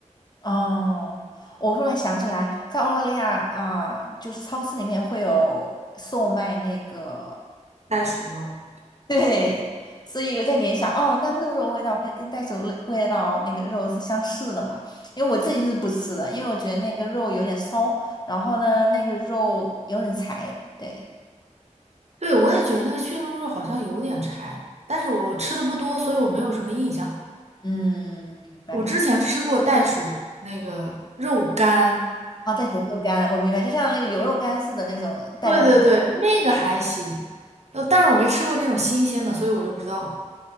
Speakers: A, on the left; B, on the right.
A: 哦，我忽然想起来，在澳大利亚啊，就是超市里面会有售卖那个，
B: 袋鼠肉。
A: 对，所以我在联想，哦，那鹿肉味道会跟袋鼠味味道那个肉是相似的嘛？因为我自己是不吃的，因为我觉得那个肉有点骚，然后呢，那个肉有点柴，对，
B: 对，我也觉得那个驯鹿肉好像有点柴，但是我吃的不多，所以我没有什么印象。
A: 嗯，明白。
B: 我之前吃过袋鼠那个肉干，
A: 哦，袋鼠肉干，我明白，就像那个牛肉干似的那种袋包装。
B: 对对对，那个还行，呃，但是我没吃过那种新鲜的，所以我就不知道。